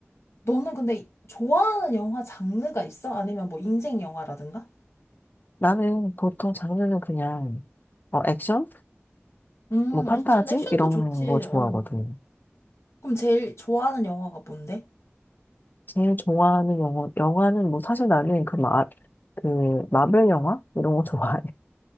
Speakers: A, on the left (about 70°); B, on the left (about 45°).
A: 너는 근데 이- 좋아하는 영화 장르가 있어? 아니면 뭐 인생 영화라든가?
B: 나는 보통 장르는 그냥, 어, 액션?
A: 음,
B: 뭐, 판타지?
A: 액션, 액션도
B: 이런
A: 좋지.
B: 거 좋아하거든.
A: 어. 그럼 제일 좋아하는 영화가 뭔데?
B: 제일 좋아하는 영화, 영화는 뭐 사실 나는 그 마, 그 마블 영화? 이런 거 <laughs> 좋아해.